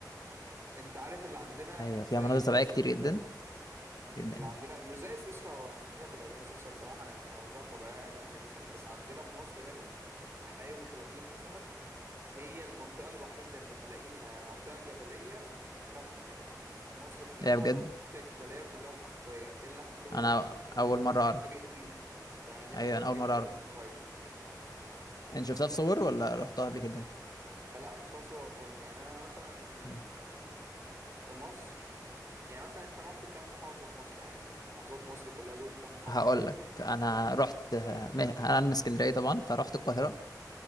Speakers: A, on the right; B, on the left.
A: انت عارف اللي عندنا
B: ايوه
A: في زي
B: فيها مناظر
A: سويسرا
B: طبيعيه كتير
A: كده
B: جدا جدا
A: اللي
B: يعني
A: عندنا مش زي سويسرا هو مفيش حاجه تبقى زي سويسرا بصراحه لان المناظرة الطبيعيه جامده جدا بس عندنا في مصر هنا حلايب و30 مثلا هي المنطقه الوحيده اللي تلاقيها منطقه جبليه فيها خضره مصر كلها
B: لا بجد
A: مناطق جبليه كلها صحراويه الا حلايب و30
B: انا اول مره
A: دي حاجه
B: اعرف
A: اتفاجئت بيها يعني دي
B: ايوه
A: حاجه اتفاجئت
B: انا اول مره
A: بيها
B: اعرف
A: من قريب
B: انت شفتها في صور ولا رحتها قبل كده
A: آه لا شفتها صور برضه يعني انا مثلا
B: إيه.
A: آه، في مصر يعني مثلا انت رحت كام محافظه في مصر يعني محافظات مصر كلها زرت كام محافظه
B: هقول لك انا رحت انا من اسكندريه طبعا فرحت القاهره